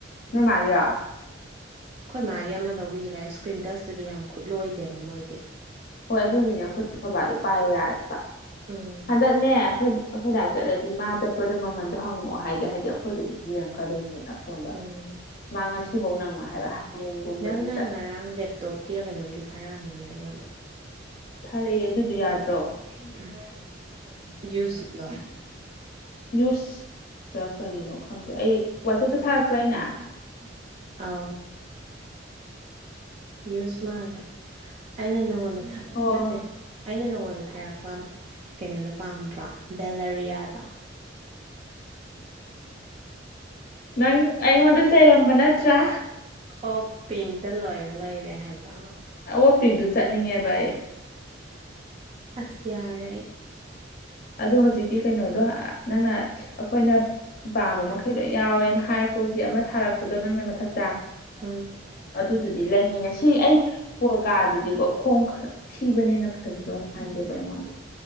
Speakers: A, on the left; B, on the right.
A: ꯅꯣꯏꯃꯥꯒꯤꯔꯣ
B: ꯑꯩꯈꯣꯏ ꯃꯥꯒꯤ ꯑꯃ ꯂꯧꯕꯤꯁꯤꯔ ꯏꯁꯀ꯭ꯔꯤꯟ ꯇꯁꯇꯨꯗꯤ ꯌꯥꯝ ꯈꯨꯠꯂꯣꯏꯗꯦꯕ ꯃꯣꯏꯗꯤ
A: ꯍꯣꯏ ꯑꯗꯨꯒꯤꯅꯦ ꯑꯩꯈꯣꯏ ꯕꯥꯗꯣ ꯄꯥꯏꯌꯣ ꯌꯥꯗꯕ
B: ꯎꯝ
A: ꯍꯟꯗꯛ ꯅꯦ ꯑꯩꯈꯣꯏ ꯑꯩꯈꯣꯏꯗꯥ ꯆꯠꯂꯗꯤ ꯃꯥ ꯆꯠꯄꯗ ꯃꯃꯟꯗꯣ ꯍꯪꯉꯛꯑꯣ ꯍꯥꯏꯒꯦ ꯍꯥꯏꯗꯤ ꯑꯩꯈꯣꯏꯗꯨ ꯑꯗꯨꯝ ꯌꯦꯡꯉꯛꯀꯗꯣꯏꯅꯤꯗ ꯐꯣꯟꯗꯣ
B: ꯎꯝ
A: ꯃꯥ ꯉꯁꯤꯐꯧ ꯅꯪꯉꯣꯏ ꯍꯥꯏꯕ ꯍꯌꯦꯡꯒꯨꯝꯕꯗꯤ
B: ꯅꯪꯅ ꯉꯔꯥꯡ ꯂꯦꯞꯇꯣꯞꯀꯤꯔ ꯀꯩꯅꯣꯝꯗꯤ ꯊꯥꯔꯛꯑꯝꯃꯦ ꯅꯪ ꯑꯩꯉꯣꯟꯗ
A: ꯊꯥꯔꯛꯑꯦ ꯑꯗꯨꯗꯣ ꯌꯥꯅꯤ
B: <unintelligible> ꯌꯨꯁꯂꯣ
A: ꯌꯨꯁꯇ ꯀꯔꯤꯅꯣ ꯈꯪꯗꯦ ꯑꯩ ꯋꯥꯆꯞꯇ
B: <unintelligible>
A: ꯊꯥꯔꯛꯄ꯭ꯔꯥ ꯑꯩꯅ
B: ꯑꯥꯎ ꯌꯨꯁꯃꯥꯜꯂꯦ ꯑꯩꯅ ꯅꯪꯉꯣꯟꯗ ꯊ
A: ꯑꯣ
B: ꯅꯠꯇꯦ ꯑꯩꯅ ꯅꯪꯉꯣꯟꯗ ꯊꯥꯔꯛꯄ ꯀꯩꯅꯣꯗꯣ ꯄꯥꯝꯗ꯭ꯔꯣ ꯕꯦꯂꯔꯤꯌꯥꯗꯣ
A: ꯅꯪ ꯑꯩꯉꯣꯟꯗ ꯆꯩꯔꯝꯕ ꯅꯠꯇ꯭ꯔꯥ
B: ꯑꯣꯞ ꯄꯤꯡꯇ ꯂꯣꯏꯅ ꯂꯩꯔꯦ ꯍꯥꯏꯕ
A: ꯑꯣꯞ ꯄꯤꯡꯗꯨ ꯆꯠꯅꯤꯡꯉꯦꯕ ꯑꯩ
B: ꯑꯁ ꯌꯥꯔꯦ ꯑꯩ
A: ꯑꯗꯣ ꯍꯧꯖꯤꯛꯀꯤ ꯀꯩꯅꯣꯗꯣ ꯑꯥ ꯅꯪꯅ ꯑꯩꯈꯣꯏꯅ ꯄꯥꯥꯝꯕ ꯃꯈꯩ ꯂꯣ ꯌꯥꯎꯋꯦꯅ ꯍꯥꯏꯔꯛꯄꯒꯤ ꯑꯃ ꯊꯥꯔꯛꯄꯗꯣ ꯅꯪꯅ ꯃꯊꯛꯇ
B: ꯎꯝ
A: ꯑꯗꯨꯗꯨꯗꯤ ꯂꯩꯅꯤꯉꯦ ꯁꯤ ꯑꯩ ꯀꯥꯗꯨꯗꯤꯀꯣ ꯈꯣꯡ ꯈꯔ ꯊꯤꯕꯅꯤꯅ ꯐꯥꯖꯗꯧ ꯉꯥꯟꯗꯦꯕ ꯑꯩꯉꯣꯟꯗ